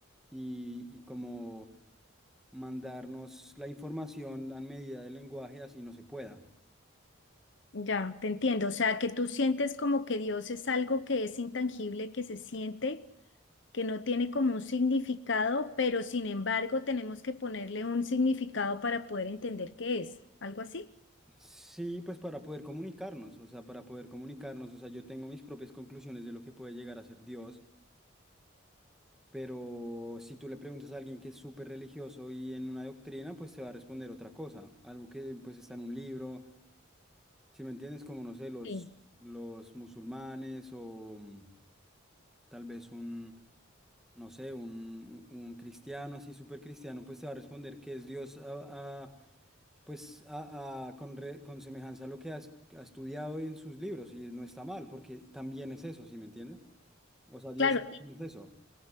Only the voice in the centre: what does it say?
y, y como mandarnos la información a medida del lenguaje, así no se pueda.
Sí, pues para poder comunicarnos, o sea, para poder comunicarnos, o sea, yo tengo mis propias conclusiones de lo que puede llegar a ser Dios, pero si tú le preguntas a alguien que es súper religioso y en una doctrina, pues te va a responder otra cosa, algo que pues está en un libro Si me entiendes, como no sé, los,
los musulmanes o mm, tal vez un, no sé, un, un- un cristiano así súper cristiano, pues te va a responder que es Dios a- a- pues a- a- con, re- con semejanza a lo que has- ha estudiado en sus libros y no está mal, porque también es eso, ¿sí me entiendes? O sea, Dios
también es eso.